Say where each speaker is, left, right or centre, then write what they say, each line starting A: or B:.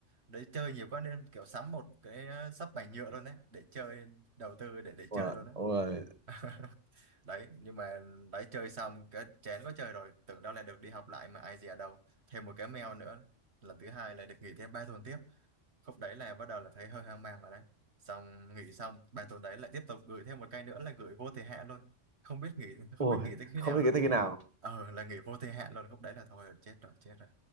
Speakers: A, on the right (about 60°); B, on the right (about 30°).
A: đấy chơi nhiều quá nên kiểu sắm một cái ờ, sắp bành nhựa luôn đấy để chơi đầu tư để để chơi
B: Wow.
A: luôn đấy
B: Ôi,
A: <laughs> đấy nhưng mà đấy chơi xong cái chén có chơi rồi tưởng đâu là được đi học lại mà ai dè đâu thêm một cái mail nữa lần thứ hai là được nghỉ thêm ba tuần tiếp khúc đấy là bắt đầu là thấy hơi hoang mang rồi đấy xong nghỉ xong bài tuần đấy lại tiếp tục gửi thêm một cây nữa là gửi vô thời hạn luôn không biết nghỉ không
B: ôi,
A: biết nghỉ tới khi
B: không
A: nào
B: biết
A: luôn
B: nghĩ tới khi nào
A: ờ là nghỉ vô thời hạn luôn khúc đấy là thôi chết rồi chết rồi